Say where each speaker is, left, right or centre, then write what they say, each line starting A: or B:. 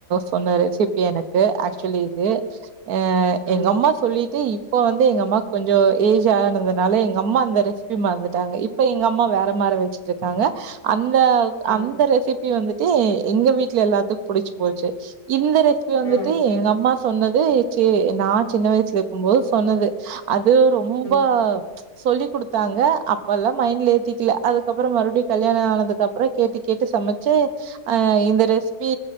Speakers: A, on the right; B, on the right.
A: சொன்ன ரெசிபி எனக்கு ஆக்சுவலி இது ஏ
B: ம்
A: எங்கம்மா சொல்லிட்டு இப் இப்ப வந்து எங்கம்மாக்கு கொஞ்ச ஏஜ் ஆனதுனால எங்கம்மா அந்த ரெசிபி மறந்துட்டாங்க இப்ப எங்கம்மா வேற மார் ர வெச்சுட்ருக்காங்க அந்த
B: ம்
A: அந்த ரெசிபி வந்துட்டு எங்க வீட்ல எல்லாத்துக்கு புடிச்சு போச்சு இந்த ரெசிபி வந்துட்டு
B: ம்
A: எங்க அம்மா சொன்னது சே நா சின்ன வயசுல இருக்கும்போது சொன்னது அது ரொம்ப
B: ம்
A: சொல்லி குடுத்தாங்க அப்பெல்லா மைண்ட்ல ஏத்திக்கல அதுக்கப்புறோ மறுபடியு கல்யாணோ ஆனதுக்கு அப்றோ கேட்டு கேட்டு கேட்டு சமச்சு அ இந்த ரெசிபி